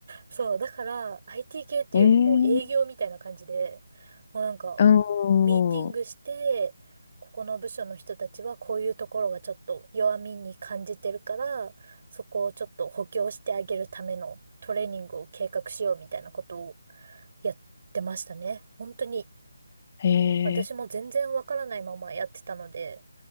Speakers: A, on the right; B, on the left.
A: そう、だから IT 系っていうよりも営業みたいな感じで、
B: えー、
A: もうなんか、
B: お
A: ミーティングして、
B: ー、
A: ここの部署の人たちはこういうところがちょっと弱みに感じてるから、そこをちょっと補強してあげるためのトレーニングを計画しようみたいなことをやってましたね。本当に、
B: へ
A: 私も全然わからないままやってたので、
B: え。